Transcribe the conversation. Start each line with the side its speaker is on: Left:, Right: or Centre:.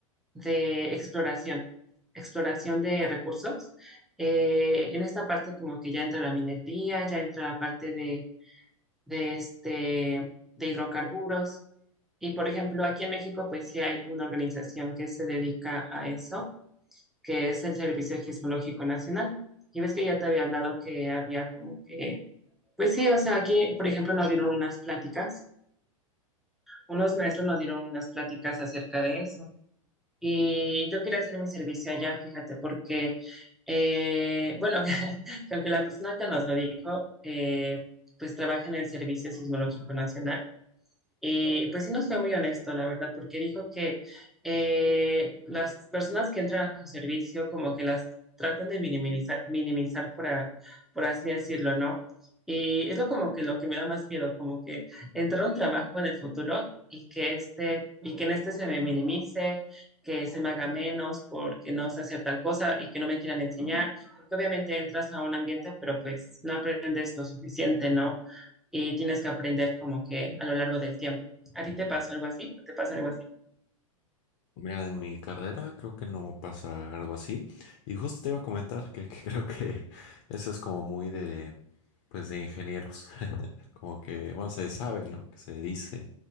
Centre: de exploración, exploración de recursos. Eh, en esta parte como que ya entra la minería, ya entra la parte de, de, este, de hidrocarburos. Y por ejemplo, aquí en México pues sí hay una organización que se dedica a eso, que es el Servicio Geológico Nacional. Y ves que ya te había hablado que había como que, pues sí, o sea, aquí por ejemplo nos dieron unas pláticas, unos maestros nos dieron unas pláticas acerca de eso. Y yo quería hacer mi servicio allá, fíjate, porque, eh, bueno, <laughs> que aunque la persona que nos lo dijo, eh, pues trabaja en el Servicio Sismológico Nacional. Y pues sí nos fue muy honesto, la verdad, porque dijo que eh, las personas que entran a su servicio como que las tratan de minimizar, minimizar por, a- por así decirlo, ¿no? Y es lo como que lo que me da más miedo, como que entrar a un trabajo en el futuro y que este, y que en este se me minimice, que se me haga menos porque no sé hacer tal cosa y que no me quieran enseñar, porque obviamente entras a un ambiente, pero pues no aprendes lo suficiente, ¿no? y tienes que aprender como que a lo largo del tiempo. ¿A ti
Left: Mm.
Centre: te pasó algo así? ¿Te pasa algo así?
Left: Mira, en mi carrera creo que no pasa algo así. Y justo te iba a comentar que, que <laughs> creo que eso es como muy de, pues de ingenieros. <laughs> Como que, bueno, se sabe, ¿no? Que se dice